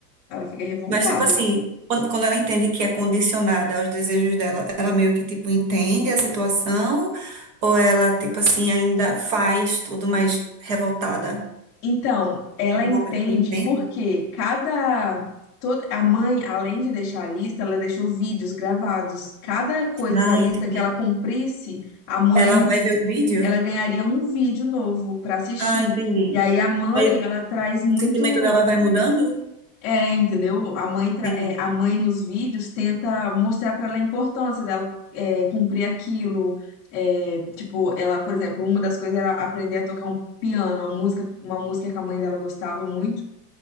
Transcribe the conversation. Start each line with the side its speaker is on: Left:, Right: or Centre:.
Left: Ela fica revoltada
Right: Mas, tipo assim, quando, quando ela entende que é condicionada aos desejos dela, ela meio que, tipo, entende a situação ou ela, tipo assim, ainda faz tudo mais revoltada?
Left: Então, ela
Right: No
Left: entende
Right: momento que ela entende?
Left: porque cada toda a mãe, além de deixar a lista, ela deixou vídeos gravados. Cada coisa
Right: Ah,
Left: da lista
Right: entendi.
Left: que ela cumprisse, a mãe,
Right: Ela vai ver o vídeo?
Left: ela ganharia um vídeo novo para assistir.
Right: Ah, entendi.
Left: E aí a mãe,
Right: Aí o
Left: ela traz muito,
Right: sentimento dela vai mudando?
Left: é, entendeu? A mãe, tra-
Right: Entendi.
Left: é, a mãe nos vídeos tenta mostrar para ela a importância dela, é, cumprir aquilo. É, tipo, ela, por exemplo, uma das coisas era aprender a tocar um piano, uma música, uma música que a mãe dela gostava muito